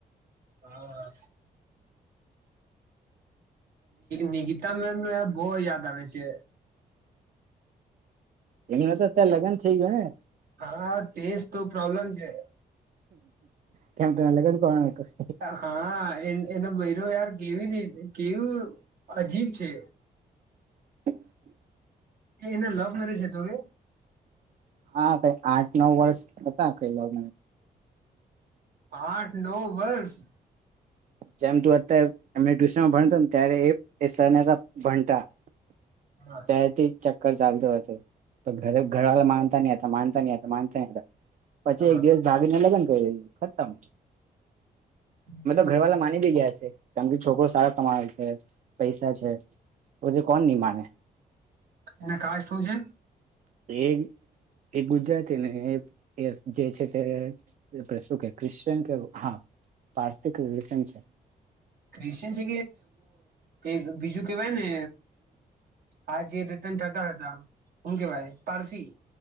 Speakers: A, on the right; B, on the right.
A: હા નિકિતા મે બહ યાદ આવે છે
B: એ ન તો અત્યારે લગ્ન થઈ ગયો ને
A: હા તેજ તો પ્રોબ્લેમ છે.
B: કેમ તને લગન કરવાના છે કશે
A: હા એ એનો બૈરો યાર કેેવી રી કેવું અજીબ છે.
B: <unintelligible>
A: એ એના લવ મેરેજ હતો કે
B: હા આઠ નવ વર્ષ હતા કઈ લોવ
A: આઠ નવ વર્ષ!
B: જેમ તું અત્યારે એમને ટ્યુશનમાં ભણતો ને ત્યારે સર ભણતા <unintelligible>
A: હા
B: ચાલતું હતું તો ઘરે ઘરવાળા માનતા નહ હતા માનતા નહ હતા માનતા ન હતા પછી
A: હા
B: એક દિવસ ભાગીને લગન કર્યું ખતમ
A: હમ
B: ઘર વાળા માની બી ગયા છે. કારન કે છોકરો સારા કમાવે છે પૈસા છે તોછ કોણ નહી માને
A: એના કાર શું છે?
B: <unintelligible> એ ગુજરાતી ને એ જે છે તે શું કે ક્રિશ્ચયન કે હા પારસિક ક્રિશ્ચન છે
A: ક્રિશચયન છે કે બીજું કેવાય ને આ જે ટા હતા શું કેવાય પારસી